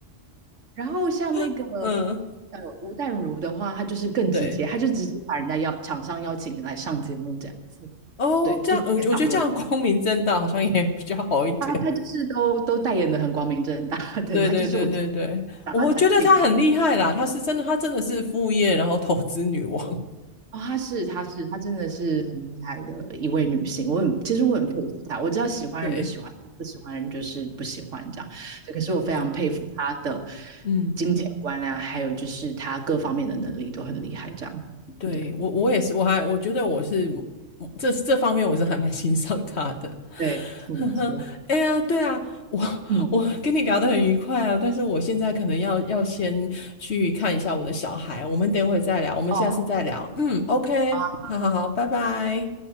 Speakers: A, on the right (about 75°); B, on the left (about 60°).
A: 然后像那个
B: <laughs> 嗯，
A: 呃吴淡如的话，他就是更直接，
B: 对，
A: 他就直接把人家邀厂商邀请来上节目这样子，
B: 哦，
A: 对，
B: 这样我觉我觉得这样光明正大好像也比较好一点。
A: 就直接访问他，他就是都都代言的很光明正大，<laughs> 对，
B: 对对对对对，
A: 他就是我讲
B: 我觉得她很厉害啦，
A: 他产品这样
B: 她是真的，她真的是副业，然后投资女王。
A: 哦，她是，她是，她真的是很厉害的一位女性。我很，其实我很佩服她。我知道喜欢人就喜欢，
B: <laughs> 对
A: 不喜欢人就是不喜欢这样。可是我非常佩服她的
B: 对，嗯。
A: 金钱观啊，还有就是她各方面的能力都很厉害。这样，
B: 对，
A: 对
B: 我我也是，我还我觉得我是这这方面我是还蛮欣赏他的，
A: 对，没错没错。
B: <laughs> 呵呵。哎呀，对啊，我
A: 嗯，
B: 我跟你聊得很愉快啊，但是我现在可能要要先去看一下我的小孩，我们等会再聊，我们下次再聊。
A: 哦，
B: 嗯，OK，
A: 好。
B: 好好好，拜拜。